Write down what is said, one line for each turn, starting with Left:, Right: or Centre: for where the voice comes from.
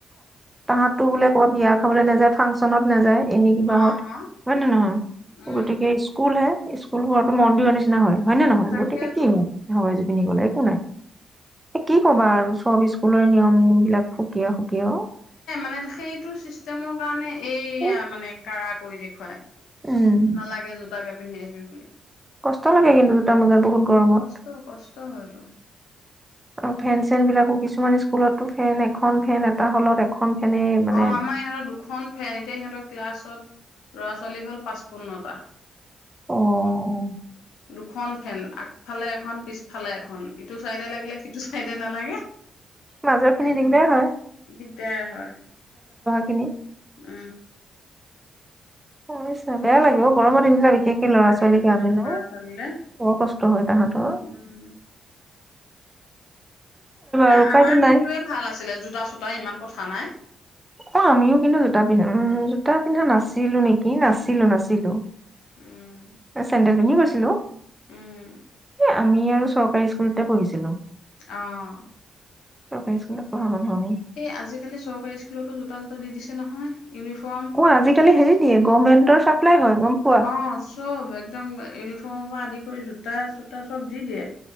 Right: তাহাঁতো বোলে কত বিয়া খাবলে নাযায় ফাংচনত নাযায়। এনেই কিবা
Left: অ',
Right: হত হয় নে নহয়?
Left: উম,
Right: গতিকে স্কুল হে। স্কুল ঘৰতো মন্দিৰৰ নিচিনা হয়। হয় নে নহয়
Left: তাকেতো।
Right: গতিকে কি হয়? হয় যদি। পিন্ধি গ'লে একো নাই কি কবা আৰু চব স্কুলৰ নিয়ম বিলাক খুব। কিয় সুকিয়া অ'।
Left: মানে সেইটো ছিষ্টেমৰ কাৰণে। এইয়া
Right: অ
Left: মানে কাৰা কৰি দেখুৱাই
Right: উম
Left: নালাগে য'ত। তাকে পিন্ধি আহিবি বুলি।
Right: কষ্ট লাগে কিন্তু জোতা মোজা বহুত গৰমত।
Left: কষ্ট কষ্ট হয়তো।
Right: আৰু ফেন-চেন বিলাকো কিছুমান স্কুলতো ফেন এখন ফেন এটা হলত এখন। ফেনে মানে
Left: অ' আমাৰ ইহঁতৰ দুখন ফেন এতিয়া ইহঁতৰ ক্লাছত। ল'ৰা ছোৱালী হ'ল পাঁচপোন্নটা।
Right: অ'।
Left: দুখন ফেন আগফালে এখন পিছফালে এখন। ইটো চাইদে লাগিলে সিটো চাইদে নালাগে
Right: মাজৰ খিনি
Left: সেইটো
Right: দিগদাৰ হয়
Left: দিগদাৰ হয়।
Right: <inaudible>
Left: উ।
Right: <unintelligible> গৰমৰ দিনক বিলাক বিশেষকে ল'ৰা
Left: লাগে
Right: ছোৱালী
Left: উম
Right: কাৰণে ন
Left: ল'ৰা
Right: বৰ
Left: ছোৱালীলে
Right: কষ্ট হয় তাহাতৰ
Left: উম এ
Right: আৰু উপায়তো
Left: আমাৰ দিনটোয়ে
Right: নাই
Left: ভাল আছিলে জোতা চোতা ইমান কথা নাই
Right: অ' আমিও কিন্তু জোতা পিন্ধা উম জোতা পিন্ধা নাছিলো নেকি নাছিলো নাছিলো।
Left: উম
Right: চেন্দেল পিন্ধি গৈছিলো
Left: উম
Right: <unintelligible> আমি আৰু চৰকাৰী স্কুলতে পঢ়িছিলো
Left: অহ।
Right: চৰকাৰী স্কুলত পঢ়া। মানুহ আমি
Left: এই আজিকালি চৰকাৰী স্কুলতো জো তা চোতা দি দিছে নহয় ইউনিফৰ্ম
Right: অ' আজিকালি হেৰি দিয়ে গভমেন্টৰ চাপ্লাই হয় গম পোৱা
Left: অ চব একদম ইউনিফৰ্মৰ আদি কৰি জোতা চোতা চব দি দিয়ে।